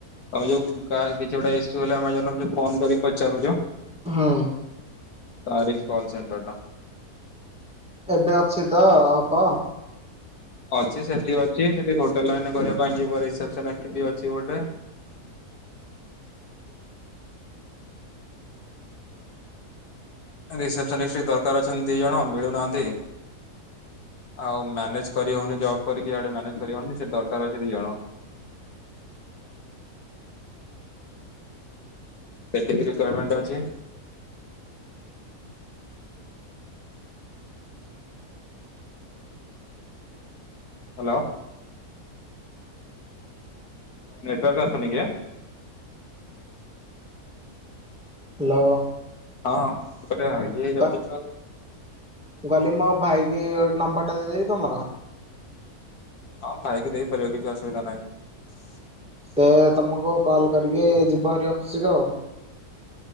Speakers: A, on the left (about 75°); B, in the centre.
A: ତମେ ଯୋଉ କାହାର କିଛି ଗୋଟେ ଇସ୍ୟୁ ହେଲେ ଆମେ ଫୋନ କରି ପଚାରୁଚ
B: ହଁ।
A: ତାରି କଲ ସେଣ୍ଟର ଟା।
B: ଏବେ ଅଛି ତ ହବ।
A: ଅଛି ସେଠି ଅଛି ଯଦି ହୋଟେଲ କରିବା ପାଇଁ ଯିବ ରିସେପସନ ଅଛି ଗୋଟେ। ରିସେସ୍ପନିଷ୍ଟ ଦରକାର ଅଛନ୍ତି ଦି ଜଣ ମିଳୁନାହାନ୍ତି। ଆଉ ମ୍ୟାନେଜ କରିହଉନି ଜବ କରିକି ଇଆଡେ ମ୍ୟାନେଜ କରିହେଉନି ସେ ଦରକାର ଅଛି ଦି ଜଣ ଏତିକି ରିକ୍ୟାରିମେଣ୍ଟ ଅଛି। ହାଲୋ। ତମ ନେଟୱର୍କ୍ ଆସୁନ କେ?
B: ହାଲୋ।
A: ହଁ। କହିଲେ ଇଏ ହେଇଯାଉଛି
B: ତ ଗଲି ମୋ ଭାଇକି ନମ୍ବରଟା ଦେଇଦେବି। ତମର
A: ହଁ ଭାଇକି ଦେଇପାରିବେ କିଛି ଅସୁବିଧା ନାଇଁ।
B: ସେ ତମକୁ କଲ କରିକି ଯିବ ହେରି ଅଫିସକୁ ଆଉ।